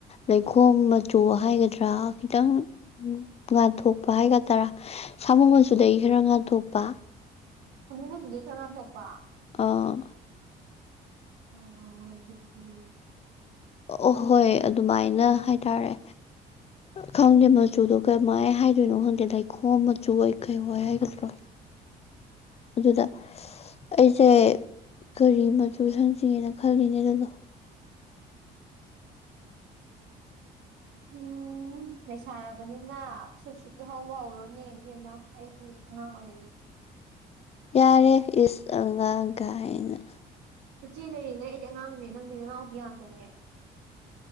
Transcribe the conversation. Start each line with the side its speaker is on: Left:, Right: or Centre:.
Left: ꯂꯩꯈꯣꯝ ꯃꯆꯨ ꯍꯥꯏꯒꯗ꯭ꯔꯥ ꯈꯤꯇꯪ ꯉꯥꯊꯣꯛꯄ ꯍꯥꯏꯒꯗꯔꯥ ꯁꯥꯃꯨ ꯃꯆꯨꯗꯒꯤ ꯈꯔ ꯉꯥꯊꯣꯛꯄ
Right: ꯁꯥꯃꯨ ꯃꯆꯨꯗꯩ ꯈꯔꯥ ꯊꯣꯛꯄ
Left: ꯑꯥ
Right: ꯑꫭ ꯑꯗꯨꯗꯤ
Left: ꯑꯍꯣꯏ ꯑꯗꯨꯃꯥꯏꯅ ꯍꯥꯏꯇꯥꯔꯦ ꯈꯪꯗꯦ ꯃꯆꯨꯗꯣ ꯀꯃꯥꯏ ꯍꯥꯏꯗꯣꯏꯅꯣ ꯈꯪꯗꯦ ꯂꯩꯈꯣꯝ ꯃꯆꯨ ꯑꯣꯏ ꯀꯩ ꯑꯣꯏ ꯍꯥꯏꯒꯗ꯭ꯔꯣ ꯑꯗꯨꯗ ꯑꯩꯁꯦ ꯀꯔꯤ ꯃꯆꯨ ꯁꯪꯁꯤꯒꯦꯅ ꯈꯜꯂꯤꯅꯦ ꯑꯗꯨꯗꯣ
Right: ꯎꯝ ꯂꯩꯁꯥꯔꯕꯅꯤꯅ ꯁꯨꯠ ꯁꯨꯠꯇꯨ ꯍꯧꯕ ꯍꯧꯔꯣꯅꯦ ꯏꯕꯦꯝꯃ ꯑꯩꯗꯤ ꯑꯉꯥꯡ ꯑꯣꯏꯔꯤ
Left: ꯌꯥꯔꯦ ꯏꯁ ꯑꯉꯥꯡ ꯒꯥꯏꯅ
Right: ꯎꯆꯦ ꯂꯩꯔꯤꯅꯦ ꯑꯩꯗꯤ ꯑꯉꯥꯡꯅꯦ ꯅꯪꯗꯤ ꯅꯅꯥꯎꯄꯤ ꯉꯥꯛꯇꯅꯦ